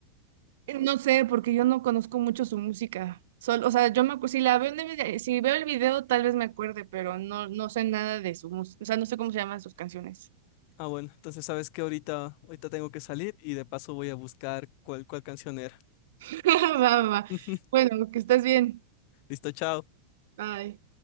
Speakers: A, on the right (about 55°); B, on the left (about 45°).
A: No sé, porque yo no conozco mucho su música. Solo, o sea, yo me acu- si la veo en el vide- si veo el video tal vez me acuerde, pero no, no sé nada de su música, o sea, no sé cómo se llaman sus canciones.
B: Ah, bueno, entonces sabes que ahorita, ahorita tengo que salir y de paso voy a buscar cuál, cuál canción era.
A: <laughs> Va, va, va.
B: <laughs>
A: Bueno, que estés bien.
B: Listo, chao.
A: Bye.